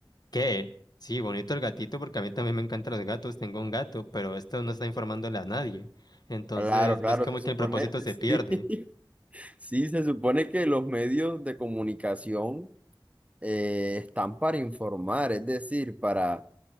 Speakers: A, on the left; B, on the right.
A: ¿qué? Sí, bonito el gatito porque a mí también me encantan los gatos, tengo un gato, pero esto no está informándole a nadie. Entonces,
B: Claro, claro,
A: ves como
B: se supone,
A: que el propósito se
B: <laughs>
A: pierde.
B: sí, sí, se supone que los medios de comunicación eh, están para informar, es decir, para